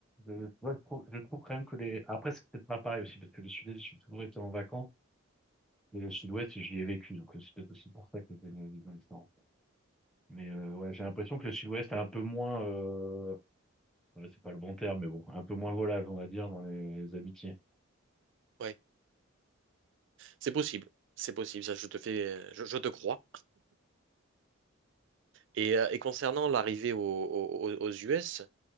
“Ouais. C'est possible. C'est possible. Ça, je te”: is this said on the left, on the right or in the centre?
Right